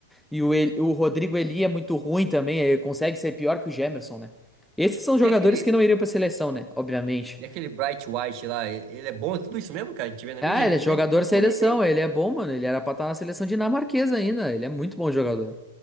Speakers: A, in the centre; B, on the right.
A: E o, El- o Rodrigo Eli é muito ruim também, ele consegue ser pior que o Gemerson, né? Esses são jogadores
B: E aquele,
A: que não iriam pra seleção, né? Obviamente.
B: e aquele Bright White lá, e- ele é bom? É tudo isso mesmo, cara? A gente vê na
A: Ah,
B: mídia, ele
A: ele
B: mete
A: é jogador
B: um gol
A: seleção,
B: bonito, hein?
A: ele é bom, mano. Ele era pra estar na seleção dinamarquesa ainda. Ele é muito bom jogador.